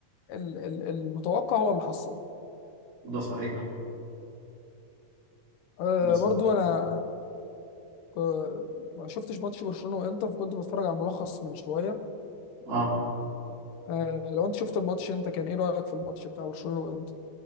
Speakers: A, on the left (about 80°); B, on the right (about 85°).
A: ال... ال- المتوقع هو اللي حصل
B: ده صحيح
A: أه
B: ده صحيح.
A: برضو انا آه، ما شفتش ماتش برشلونة وانتر فكنت بتفرج على الملخص من شوية
B: اه
A: آه، لو انت شفت الماتش انت كان ايه رايك في الماتش بتاع برشلونه وانت